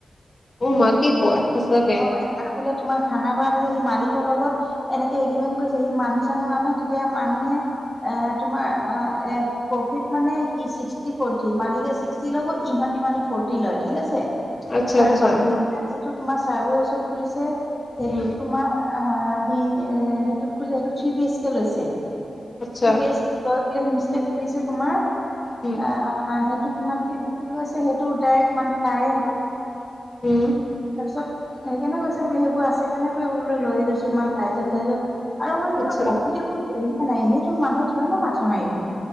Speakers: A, on the left; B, in the centre.
A: অ', মা কি কোৱা সঁচাকে?
B: অ এটা বোলে তোমাৰ খানাপাৰাত আছে, সি মালিকৰ লগত এনেকে এগৰিমেণ্ট কৰিছে সি মানুহ চানো আনে তেতিয়া মানুহে এ তোমাৰ আহ এ প্ৰফিট মানে ছিক্সটি ফৰটি মালিকে ছিক্সটি ল'ব ইহঁতে মানে ফৰৰ্টি লয় ঠিক আছে। আৰু
A: আচ্ছা আচ্ছা
B: বাকী
A: উম
B: যিটো তোমাৰ চাৰ্ভে ওচৰত খুলিছে সেইটোত
A: উম
B: তোমাৰ অ', সি এ সেইটোত খুলিছে সেইটোত থ্ৰী বি এইচ কে লৈছে
A: আচ্ছা
B: থ্ৰী বিএচ কে লৈ পেলাই হোম ষ্টে খুলিছে তোমাৰ আহ
A: উম
B: অ', সেইটো কিমান কে দিম বুলি কৈছে সেইটো ডাইৰেক্ মানে তাৰে হয়
A: উম
B: তাৰপিছত হে কাৰণে কৈছে বোলে সেইবোৰ আছে। সেই টোৱে লৈ গৈছো ইমান লাইজল চাইজল আৰু মানে
A: আচ্ছা
B: প্ৰফিটেবুল দেখিচা নে নাইএনেইতো মানুহে থৰি না মাথা মাৰিব।